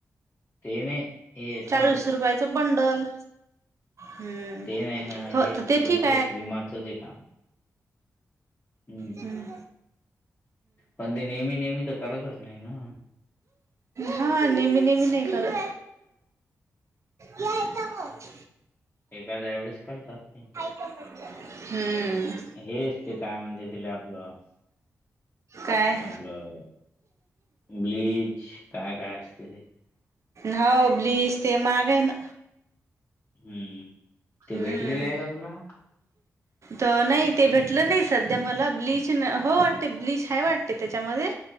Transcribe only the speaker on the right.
चाळीस
रुपयाच बंडल. हम्म.
हो
तर ते
ठीक
हम.
हा नेहमी नेहमी नाही करत. याय का ग <inaudible>
हम्म.
काय.
ह ब्लीज ते माग आहे ना.
हम्म.
तर नाही ते भेटलं नाही सध्या मला ब्लीच ना हो वाटते ब्लीच हय वाटते त्याच्यामध्ये.